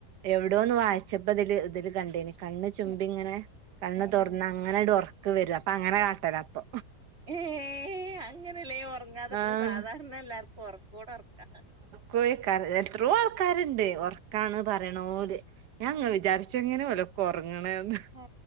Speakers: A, on the right; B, on the right.
A: എവിടോന്ന് വായിച്ചപ്പോ ഇതില് ഇതില് കണ്ടിനി കണ്ണ് ചുമ്പി
B: ഉം
A: ങ്ങനെ കണ്ണ്
B: ഉം
A: തൊറന്ന്
B: ഉം
A: അങ്ങനാണ്ട് ഒറക്ക് വരും അപ്പൊ അങ്ങനെ കാട്ടല്ല അപ്പൊ.
B: ഏ അങ്ങനെല്ലേ ഒറങ്ങാതെക്കണേ
A: ആഹ്
B: സാധാരണ എല്ലാർക്കും ഒറക്കൊടൊറക്കാ.
A: കോഴക്കാ എത്രയോ ആൾക്കാര്ണ്ട് ഒറക്കാണ് പറിണോല്. ഞാൻ ങ്ങനെ വിചാരിച്ചും എങ്ങനെയ ഓലൊക്കെ ഒറങ്ങ്ണെന്ന്
B: ഏ